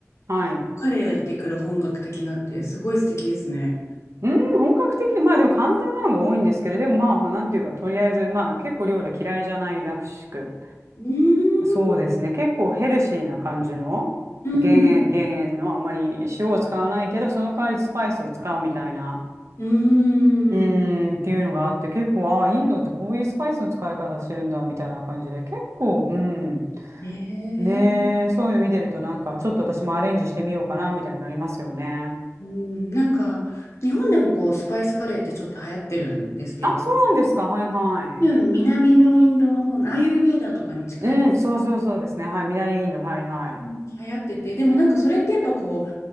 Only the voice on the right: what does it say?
はい。
うん、本格的で、まあでも簡単なのが多いんですけど、でもまあ、なんていうか、とりあえず、まあ結構料理は嫌いじゃないらしく。
そうですね。結構ヘルシーな感じの減塩、
減塩のあまり塩を使わないけど、その代わりスパイスを使うみたいな、
うーんっていうのがあって、結構、ああ、インドってこういうスパイスの使い方してるんだみたいな感じで、結構、うん。
ねえ、そういうの見てるとなんか、ちょっと私もアレンジしてみようかなみたいになりますよね。
あ、そうなんですか。
はいはい。
うん、そうそうそうですね。はい。南インド、はいはい。